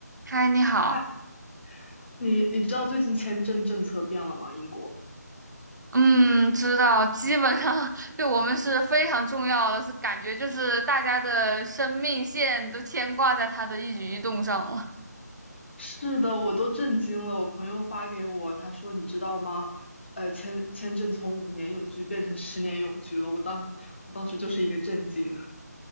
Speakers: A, on the right; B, on the left.
A: 嗨，你好。
B: 他，你你知道最近签证政策变了吗？英国。
A: 嗯，知道，基本上 <laughs> 对我们是非常重要的，是感觉就是大家的生命线都牵挂在他的一举一动上了。
B: 是的，我都震惊了。我朋友发给我，他说：“你知道吗？呃，签签证从五年永居变成十年永居了。”我当我当时就是一个震惊。